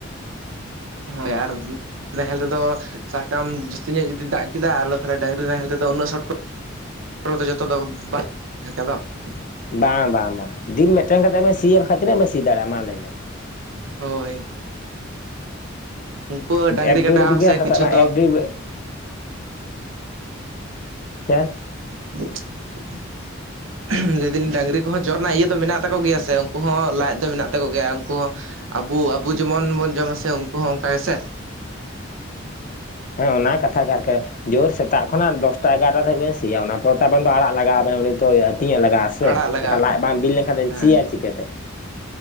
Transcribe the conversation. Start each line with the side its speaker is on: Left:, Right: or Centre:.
Right: ᱦᱮᱸ ᱟᱨ ᱱᱟᱦᱮᱞ ᱛᱮᱫᱚ ᱥᱟᱠᱼᱟᱢ ᱡᱟᱹᱥᱛᱤ ᱧᱚᱜ ᱡᱩᱫᱤ ᱫᱟᱜ ᱠᱮᱫᱟ ᱟᱞᱚ ᱛᱟᱦᱚᱞᱮ ᱰᱟᱝᱨᱤ ᱱᱟᱦᱮᱞ ᱛᱮᱫᱚ ᱩᱱᱟᱹᱜ ᱥᱚᱴ ᱠᱚ ᱠᱚᱨᱮ ᱫᱚ ᱡᱚᱛᱚ ᱫᱚ <unintelligible>
Left: ᱵᱟᱝ ᱵᱟᱝ ᱵᱟᱝ ᱫᱤᱱ ᱢᱤᱫᱴᱟᱝ ᱠᱟᱛᱮ ᱥᱤᱭᱟ ᱵᱟᱠᱷᱟᱡ ᱛᱤᱱᱟᱹᱜ ᱵᱮᱱ ᱥᱤ ᱫᱟᱲᱮᱭᱟᱜᱼᱟ ᱢᱟ ᱞᱟᱹᱭ ᱵᱮᱱ!
Right: ᱦᱳᱭ, ᱩᱝᱠᱩ ᱦᱚᱸ ᱰᱟᱝᱨᱤ
Left: ᱮᱠ
Right: ᱠᱟᱰᱟ
Left: ᱰᱮᱲ ᱵᱤᱜᱷᱟᱹ
Right: ᱦᱚᱸ ᱥᱮ
Left: ᱦᱟᱥᱟ
Right: ᱠᱤᱪᱷᱩ
Left: ᱵᱟᱝ
Right: ᱫᱚ
Left: ᱮᱠ ᱰᱮᱲ ᱪᱮᱫ?
Right: <unintelligible> ᱞᱟᱹᱭ ᱫᱟᱞᱤᱧ ᱰᱟᱹᱝᱨᱤ ᱠᱚᱦᱚᱸ ᱡᱚᱨ ᱨᱮᱱᱟᱜ ᱤᱭᱟᱹ ᱫᱚ ᱢᱮᱱᱟᱜ ᱛᱟᱠᱚ ᱜᱮᱭᱟ ᱥᱮ, ᱩᱝᱠᱩ ᱦᱚᱸ ᱞᱟᱡ ᱫᱚ ᱢᱮᱱᱟᱜ ᱛᱟᱠᱚ ᱜᱮᱭᱟ, ᱩᱱᱠᱩ ᱦᱚᱸ ᱟᱵᱩ ᱟᱵᱩ ᱡᱮᱢᱚᱱ ᱵᱚᱱ ᱡᱚᱢᱟ ᱥᱮ ᱩᱝᱠᱩ ᱦᱚᱸ ᱚᱝᱠᱟ ᱜᱮᱥᱮ᱾
Left: ᱦᱮᱸ ᱚᱱᱟ ᱠᱟᱛᱷᱟ ᱜᱮ ᱟᱨᱠᱤ, ᱡᱳᱨ ᱥᱮᱛᱟᱜ ᱠᱷᱚᱱᱟᱜ ᱫᱚᱥᱴᱟ, ᱮᱜᱟᱨᱴᱟ ᱫᱷᱟᱹᱵᱤᱡ ᱵᱮᱱ ᱥᱤᱭᱟ ᱚᱱᱟ <unintelligible> ᱫᱚ ᱟᱲᱟᱜ ᱞᱟᱜᱟᱜᱼᱟ ᱟᱵᱮᱱ ᱦᱚᱸ ᱩᱱᱤ ᱛᱚ ᱟᱹᱛᱤᱧᱮ ᱞᱟᱜᱟᱜᱼᱟ ᱥᱮ
Right: ᱟᱲᱟᱜ ᱞᱟᱜᱟᱣ
Left: ᱵᱟᱠᱷᱟᱱ
Right: ᱢᱮ
Left: ᱞᱟᱡ ᱵᱟᱝ ᱵᱤ ᱞᱮᱝᱠᱷᱟᱱ ᱫᱚ
Right: ᱦᱮᱸ
Left: ᱥᱤᱭᱟ ᱪᱤᱠᱟᱹᱛᱮ᱾